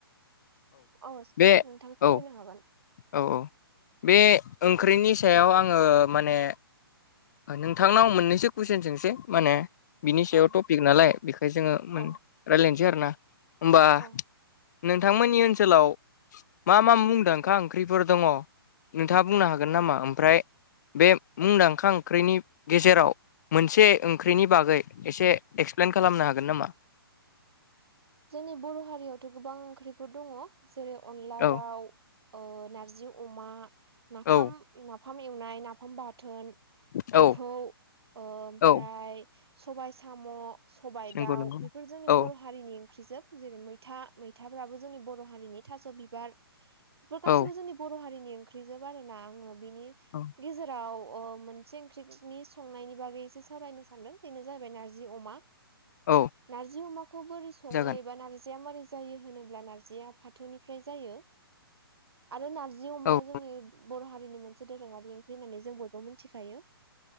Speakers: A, on the right; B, on the left.
A: औ
B: बे
A: नोंथां खावायनो
B: औ
A: हागोन
B: औ औ बे ओंख्रिनि सायाव आङो माने नोंथांनाव मोननैसो कुइसन सोंसै माने बिनि सायाव
A: औ
B: टपिक नालाय बेखाय जोङो मोन
A: औ
B: राय्लायनोसै आरो ना होनोमबा
A: औ
B: नोंथांमोननि ओनसोलाव मा मा मुंदांखा ओंख्रिफोर दङ नोंथाङा बुंनो हागोन नामा ओमफ्राय बे मुंदांखा ओंख्रिनि गेजेराव मोनसे ओंख्रिनि बागै एसे एक्सप्लेन खालामनो हागोन नामा
A: जोंनि बर' हारियावथ' गोबां ओंख्रिफोर दङ जेरै अनला
B: औ
A: दाउ नारजि अमा नाफाम
B: औ
A: नाफाम एवनाय नाफाम बाथोन
B: औ
A: एम्फौ ओमफ्राय
B: औ
A: सबाइ साम' सबाय
B: नंगौ
A: दाउ
B: नंगौ
A: बेफोर जोंनि
B: औ
A: बर' हा बर' हारिनि ओंख्रिजोब जेरै मैथा मैथाफ्राबो जोंनि बर' हारिनि थास' बिबार बेफोर गासिबो
B: औ
A: जोंनि बर' हारिनि ओंख्रिजोब आरो ना आङो बिनि
B: औ
A: गेजेराव मोनसे ओंख्रिनि संनायनि बागैसो सावरायनो सानदों बेनो जाहैबाय नारजि अमा
B: औ
A: नारजि अमाखौ बोरै सङो
B: जागोन
A: एबा नारजिया मोरै होनोब्ला नारजिया फाथोनिफ्राय जायो आरो नार जि अमाया
B: औ
A: जोंनि बर' हारिनि मोनसे दोरोङारि ओंख्रि होननानै जों बयबो मिथिखायो